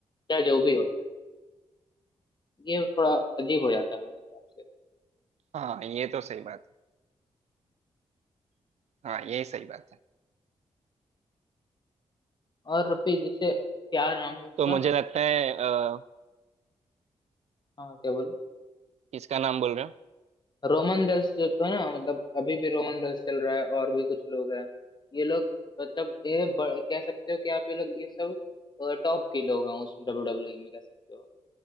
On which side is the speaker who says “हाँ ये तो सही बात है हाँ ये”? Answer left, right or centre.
Right